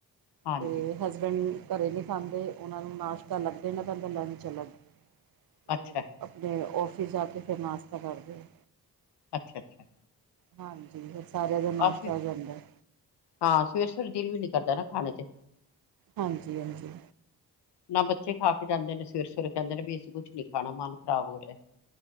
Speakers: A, on the left; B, on the right.
A: ਹਾਂਜੀ
B: ਤੇ ਹਸਬੈਂਡ ਘਰੇ ਨੀ ਖਾਂਦੇ, ਓਨਾਂ ਨੂੰ ਨਾਸ਼ਤਾ ਲਗ ਦੇਨਾ ਪੈਂਦੈ ਤੇ ਲੰਚ ਅਲਗ। ਤੇ
A: ਅੱਛਾ
B: ਆਪਨੇ ਓਫਿਸ ਜਾ ਕੇ ਫੇਰ ਨਾਸਤਾ ਕਰਦੇ ਨੇ।
A: ਅੱਛਾ-ਅੱਛਾ।
B: ਹਾਂਜੀ, ਫੇਰ ਸਾਰਿਆਂ ਦਾ ਨਾਸ਼ਤਾ
A: ਅਸੀਂ
B: ਹੋ ਜਾਂਦੈ।
A: ਹਾਂ ਸਵੇਰੇ-ਸਵੇਰੇ ਦਿਲ ਵੀ ਨੀ ਕਰਦਾ ਨਾ ਖਾਣੇ ਤੇ।
B: ਹਾਂਜੀ ਹਾਂਜੀ।
A: ਨਾ ਬੱਚੇ ਖਾ ਕੇ ਜਾਂਦੇ ਨੇ ਸਵੇਰੇ-ਸਵੇਰੇ ਕਹਿੰਦੇ ਨੇ ਵੀ ਅਸੀਂ ਕੁਛ ਨੀ ਖਾਣਾ, ਮਨ ਖਰਾਬ ਹੋ ਰਿਐ।